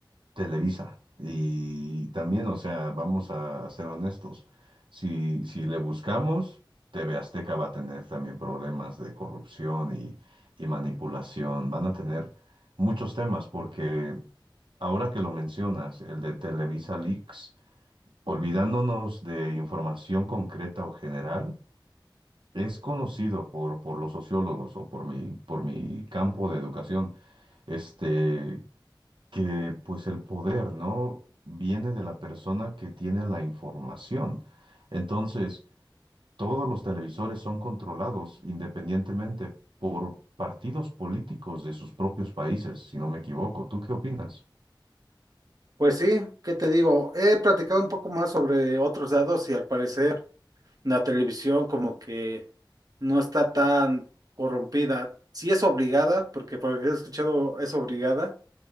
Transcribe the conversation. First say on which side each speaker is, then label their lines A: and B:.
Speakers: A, on the right; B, on the right.
A: Televisa. Y también, o sea, vamos a, ser honestos, si, si le buscamos, TV Azteca va a tener también problemas de corrupción y, y manipulación. Van a tener muchos temas porque ahora que lo mencionas, el de Televisa Leaks. Olvidándonos de información concreta o general, es conocido por, por los sociólogos o por mi, por mi campo de educación, este, que pues el poder, ¿no? viene de la persona que tiene la información. Entonces, todos los televisores son controlados independientemente por partidos políticos de sus propios países, si no me equivoco. ¿Tú qué opinas?
B: Pues sí, ¿qué te digo? He platicado un poco más sobre otros dados y al parecer la televisión como que no está tan corrompida. Sí es obligada, porque por lo que he escuchado es obligada,